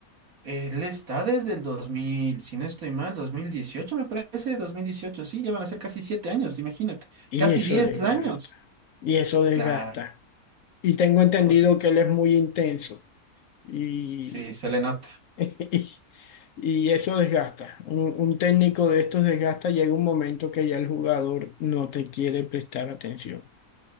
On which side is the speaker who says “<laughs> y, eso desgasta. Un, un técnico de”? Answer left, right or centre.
Left